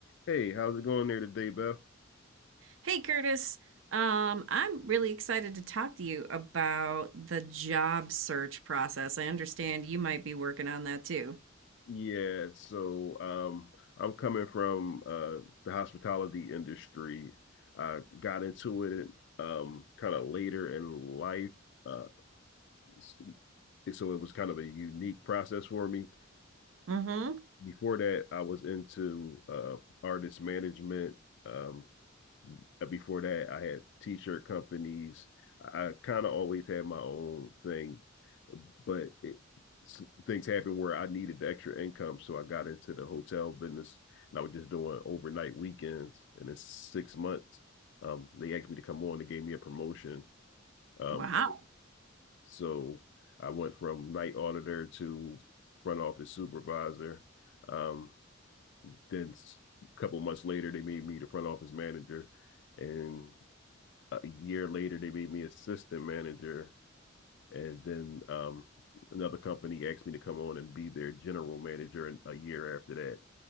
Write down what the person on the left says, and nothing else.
Hey, how's it going there today, Beth?
Yeah, so um, I'm coming from uh, the hospitality industry. I got into it um, kind of later in life, uh, s- so it was kind of a unique process for me.
Before that, I was into uh, artist management. Um, uh, before that, I had t-shirt companies. I kind of always had my own thing but it, things happened where I needed the extra income, so I got into the hotel business, and I was just doing overnight weekends. And in six months, um, they asked me to come on. They gave me a promotion. Um,
so I went from night auditor to front office supervisor. Um, then a couple months later, they made me the front office manager, and a year later, they made me assistant manager. And then um, another company asked me to come on and be their general manager in, a year after that.